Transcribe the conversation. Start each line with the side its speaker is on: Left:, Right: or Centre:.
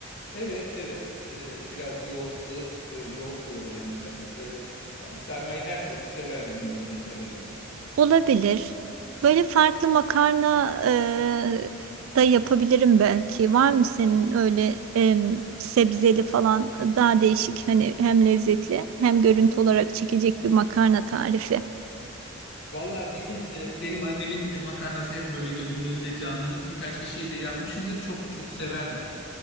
Left: Evet, evet. Ee, biraz yoğurtlu, e, yoğurt da olur yanında. Ee, yani sarmayı her çocuk sever benim bildiğim kadarıyla.
Right: Olabilir. Böyle farklı makarna eee, da yapabilirim belki. Var mı senin öyle em, sebzeli falan daha değişik hani hem lezzetli hem görüntü olarak çekecek bir makarna tarifi?
Left: Valla bizim e, benim annemin e, makarnası hep böyle gözümün önünde canlanır. Birkaç kişiye de yapmışımdır. Çok çok severler.